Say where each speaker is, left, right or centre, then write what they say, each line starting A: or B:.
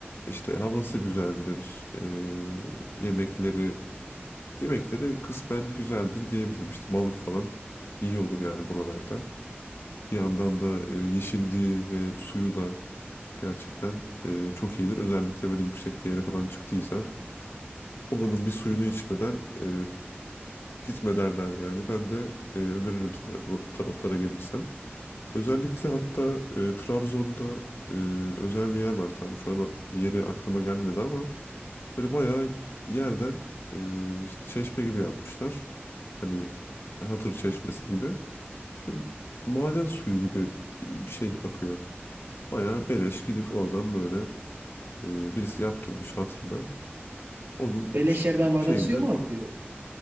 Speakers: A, on the left (about 60°); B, on the right (about 65°).
A: İşte havası güzeldir. Ee, yemekleri yemekleri kısmen güzeldir diyebilirim. İşte balık falan iyi olur yani buralarda. Bir yandan da e, yeşilliği ve suyu da gerçekten e, çok iyidir. Özellikle böyle yüksek bir yere falan çıktıysan oranın bir suyunu içmeden e, gitme derler yani. Ben de e, öneririm sana bu taraflara gelirsen. Özellikle hatta e, Trabzon'da e, özel bir yer var tamam şu an yeri aklıma gelmedi ama böyle bayağı yerden e, işte çeşme gibi yapmışlar. Hani Hatır Çeşmesi gibi. Böyle maden suyu gibi e, bir şey akıyor. Bayağı beleş gidip oradan böyle e, birisi yaptırmış hatırına. Onun
B: Beleş
A: ş-
B: yerden maden
A: şeyinde
B: suyu mu akıyor?